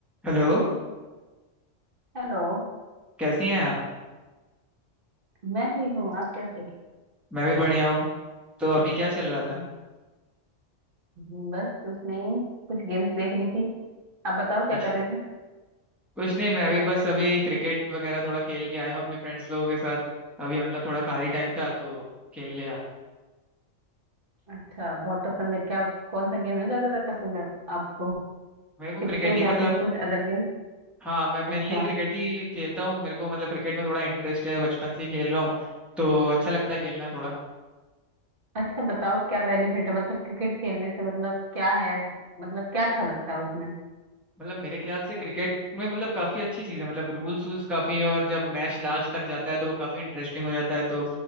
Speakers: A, in the centre; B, on the right.
A: Hello
B: हेलो
A: कैसी हैं आप
B: मैं ठीक हूँ आप कैसे हैं
A: मैं भी बढ़िया हूँ तो अभी क्या चल रहा था
B: हम्म, बस कुछ नहीं कुछ गेम्स देख रही थी आप बताओ क्या
A: अच्छा।
B: कर रहे थे
A: कुछ नहीं मैं भी बस अभी क्रिकेट वगैरह थोड़ा खेल के आया हूँ अपने फ्रेंड्स लोगों के साथ अभी मतलब थोड़ा खाली टाइम था तो खेल ले आए
B: अच्छा बहुत पसंद है क्या कौन सा गेम है ज्यादातर पसंद है आपको
A: मेरे को
B: क्रिकेट
A: क्रिकेट ही
B: या
A: मतलब
B: फिर कुछ अदर गेम
A: हाँ मैं मेनली
B: अच्छा
A: क्रिकेट ही खेलता हूँ मेरे को मतलब क्रिकेट में थोड़ा इंटरेस्ट है बचपन से ही खेल रहा हूँ तो अच्छा लगता है खेलना थोड़ा
B: अच्छा बताओ क्या बेनिफिट है मतलब क्रिकेट खेलने से मतलब क्या है मतलब क्या अच्छा लगता है उसमें
A: मतलब मेरे ख्याल से क्रिकेट में मतलब काफी अच्छी चीज़ है मतलब रूल्स वूल्स काफी हैं और जब मैच लास्ट तक जाता है तो काफी इंटरेस्टिंग हो जाता है तो